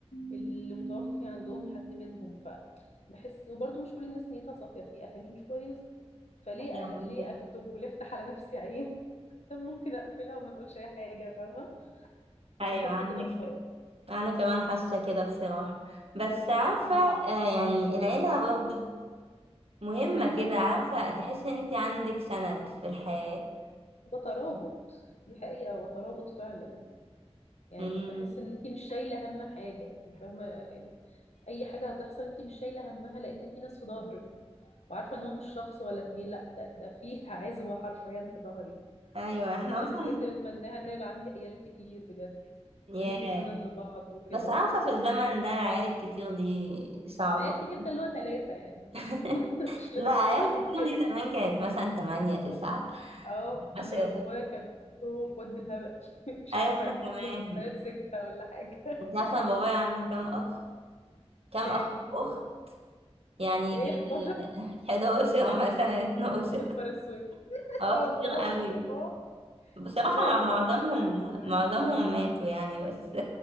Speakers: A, on the left; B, on the right.
A: اللي متوفي عندهم حد منهم فبحس وبرضه مش كل الناس نيتها صافية في اهالي مش كويسة فليه
B: أيوة
A: ليه
B: عندك
A: اكتب وليه افتح على نفسي عين <laughs> طب ممكن اقفلها وما نقولش اي حاجة فاهمة فبحس
B: ايوه عندك
A: كده بصراحة
B: انا كمان حاسه كده بصراحه بس عارفه
A: امم
B: آه، يعني العيله برضو مهمه كده عارفه تحس ان انت عندك سند في الحياه
A: وترابط دي حقيقة وترابط فعلا يعني
B: امم
A: بحس ان انت مش شايله هم حاجه يعني فاهمه يعني اي حاجه هتحصل انت مش شايله همها لان في ناس في ظهرك وعارفه ان هو مش شخص ولا اتنين لا ده ده في عزوه حرفيا في ظهري
B: ايوه احنا
A: يعني انا
B: اصلا
A: من الحاجات اللي بتمناها ان يبقى عندي عيال كتير بجد
B: ياه
A: عشان يبقوا سند لبعض وكده
B: بس عارفه في الزمن ده العيال الكتير دي صعبه
A: عيال كتير ده اللي هو ثلاثه يعني
B: <laughs>
A: <laughs> مش لازم
B: لا عيال
A: اكتر من
B: كتير
A: كده
B: دي زمان كانت مثلا تمانية تسعة
A: اه
B: عشرة
A: انا بابايا كان له اخوات بالهبل <laughs> مش
B: أيوة
A: عارفه
B: أنا
A: عندهم
B: كمان
A: لك اخوات سته ولا حاجه
B: أنت
A: <laughs>
B: عارفة أنا بابايا عنده كام أخ؟ كام
A: كام
B: أخ وأخت؟ يعني
A: ايه
B: يجي
A: 11
B: 11 <laughs> مثلا 12
A: يا نهار اسود <laughs> ما
B: اه
A: شاء الله
B: كتير قوي
A: ما شاء الله
B: بصراحة
A: لا ده
B: مع
A: ده
B: معظمهم
A: ما حدش يقدر يعملها دلوقتي
B: معظمهم ماتوا يعني بس